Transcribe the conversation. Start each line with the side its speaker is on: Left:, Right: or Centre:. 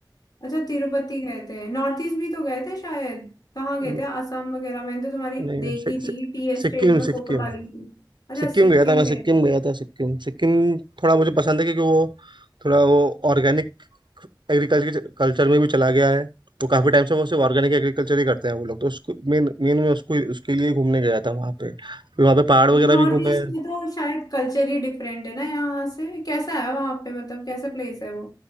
Left: अच्छा तिरुपति गए थे नॉर्थ ईस्ट भी तो गए थे शायद कहाँ गए
Right: न-
Left: थे आसाम वगैरह मैंने तो तुम्हारी
Right: नहीं
Left: देखी
Right: सि, सि,
Left: थी टी एस्टेट
Right: सिक्किम
Left: में
Right: सिक्किम
Left: फोटो डाली थी अच्छा
Right: सिक्किम
Left: सिक्किम
Right: गया था मैं
Left: गए
Right: सिक्किम गया था सिक्किम सिक्किम थोड़ा मुझे पसंद है क्योंकि वो थोड़ा वो ऑर्गेनिक एग्रीकल्चर कल्चर में भी चला गया है तो काफी टाइम से वो सिर्फ ऑर्गेनिक एग्रीकल्चर ही करते हैं वो लोग तो उसको मेन मेन में उसको उसके लिए ही घूमने गया था वहाँ पे फिर वहाँ पे पहाड़ वगैरह
Left: नॉर्थ
Right: भी घूमे
Left: ईस्ट में तो शायद कल्चर ही डिफरेंट है ना यहाँ से कैसा है वहाँ पे मतलब कैसा प्लेस है वो